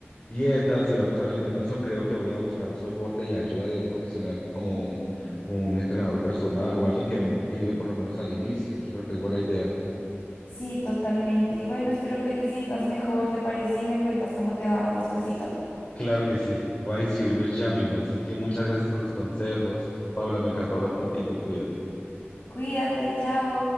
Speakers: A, on the left (about 35°); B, on the left (about 50°).
A: dietas y voy a empezar alimentación. Creo que voy a buscar soporte y ayuda de un profesional como un, un entrenador personal o alguien que me motive por lo menos al inicio. Yo creo que es buena idea.
B: Sí, totalmente. Y bueno, espero que te sientas mejor. ¿Te parece si me cuentas cómo te va despuesito?
A: Claro que sí, voy a inscribirme ya mismo. Así que muchas gracias por los consejos. Paula, me encantó hablar contigo. Cuídate.
B: Cuídate, chao.